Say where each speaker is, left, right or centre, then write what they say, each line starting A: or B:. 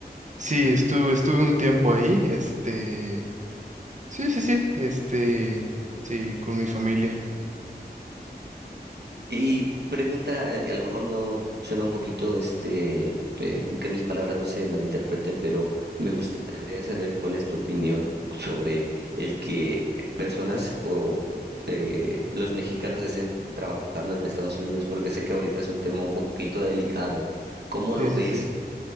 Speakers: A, on the right; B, on the right.
A: sí, estuve, estuve un tiempo ahí, este, sí, sí, sí, este, sí, con mi familia.
B: y pregunta, eh, a lo mejor no suena un poquito este, eh, que mis palabras no se malinterpreten, pero me gustaría saber cuál es tu opinión sobre el que personas o eh, los mexicanos estén trabajando en Estados Unidos, porque sé que ahorita es un tema un poquito delicado. ¿Cómo
A: Sí,
B: lo
A: sí,
B: ves?
A: sí.